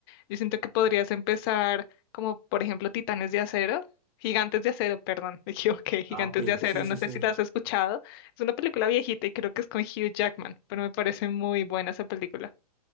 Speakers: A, on the left; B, on the right.
A: Yo siento que podrías empezar como, por ejemplo, Titanes de Acero, Gigantes de Acero, perdón, <laughs> me equivoqué, Gigantes
B: Ah, ok,
A: de Acero,
B: sí, sí,
A: no sé
B: sí.
A: si la has escuchado. Es una película viejita y creo que es con Hugh Jackman, pero me parece muy buena esa película.